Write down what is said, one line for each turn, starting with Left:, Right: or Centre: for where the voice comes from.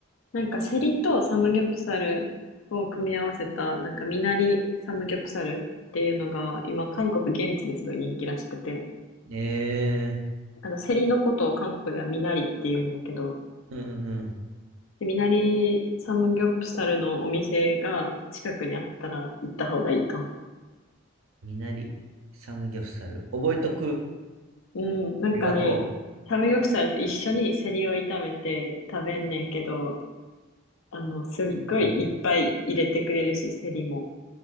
Left: なんかセリとサムギョプサルを組み合わせた、なんかミナリサムギョプサルっていうのが、今、韓国現地ですごい人気らしくて、
Right: ええ
Left: あの、セリのことを韓国ではミナリっていうねんけど、
Right: うんうんうん。
Left: で、ミナリサムギョプサルのお店が近くにあったら行った方がいいと思
Right: みなり、サムギョプサル。覚えとく。
Left: う。うん、なんかね、
Right: ありがと
Left: サムギョプサルと一緒にセリを炒めて食べんねんけど、あの、すっごいいっぱい入れてくれるし、
Right: う。うんうん
Left: セリも。